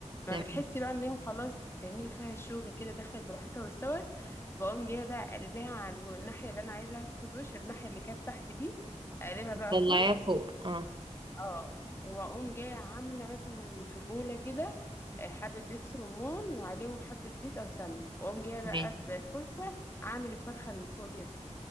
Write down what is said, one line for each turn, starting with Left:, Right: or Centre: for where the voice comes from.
Left: ما
Right: تمام
Left: بتحسي بقى ان هي خلاص تعملي فيها الشوكة كده دخلت براحتها واستوت بقوم جاية بقى قلبها على الو- الناحية اللي انا عايزاها تاخد وش الناحية اللي كانت تحت دي اقلبها
Right: تطلعيها
Left: بقى فوق
Right: فوق اه
Left: اه واقوم جاية عاملة مثلا في بولة كده آه، حبة دبس رمان وعليهم حبة زيت او سمنة واقوم جاية بقى
Right: ماشي
Left: بفرشة اعمل الفرخة من فوق كده